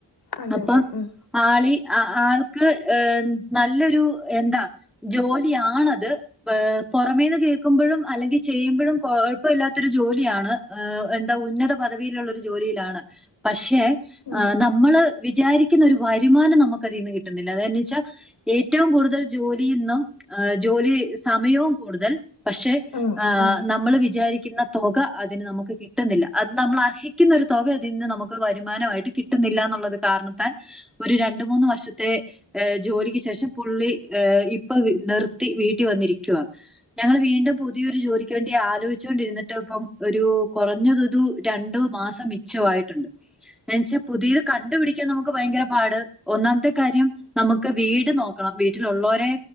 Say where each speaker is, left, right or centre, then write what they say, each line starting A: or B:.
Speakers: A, on the left; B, in the centre.
A: അതെ
B: അപ്പം
A: അതെ ഉം
B: ആളി ആൾക്ക് ഹ് നല്ലൊരു എന്താ ജോലിയാണത് പുറമേന്ന് കേൾക്കുമ് പ്പഴും അല്ലെങ്കി ചെയുമ്പോഴും കൊഴപ്പാത്തൊരു ജോലിയാണ് എന്താ ഉന്നത പദവിയിലുള്ളൊരു ജോലിയിലാണ് പക്ഷേ
A: ഉം
B: നമ്മള് വിചാരിക്കുന്ന ഒരു വരുമാനം നമുക്ക് അതിന്ന് കിട്ടുന്നില്ല ലതെവെച്ചാൽ ഏറ്റവും കൂടുതൽ ജോലിന്നും ജോലി സമയവും കൂടുതൽ പക്ഷെ
A: ഉം
B: ആ
A: ഉം
B: നമ്മൾ വിചാരിക്കുന്ന തുക അതിന് നമുക്ക് കിട്ടുന്നില്ല അത് നമ്മൾ അർഹി ക്കുന്ന ഒരു തുക അതിന്ന് നമുക്ക് വരുമാനമായിട്ട് കിട്ടുന്നില്ല എന്നുള്ളത് കാരണത്താൽ ഒരു രണ്ട് മൂന്ന് വർഷത്തെ ജോലിക്ക് ശേഷം പുള്ളി ഇപ്പൊ നിർത്തി വീട്ടിൽ വന്നിരിക് ക്കുവ ഞങ്ങൾ വീണ്ടും പുതിയൊരു ജോലിക്ക് വേണ്ടി ആലോചിച്ചൊണ്ടിരുന്നിട്ട് ഇപ്പം ഒരു കുറഞ്ഞതൊരു രണ്ട് മാസ് ച്ചവായിട്ടുണ്ട് എന്നച്ചാ പുതിയത് കണ്ടുപിടിക്കാൻ നമുക്ക് ഭയങ്കര പാട് ഒന്നാമത്തെ കാര്യം നമുക്ക് വീട് നോക്കണം വീട്ടിലുള്ളവരെ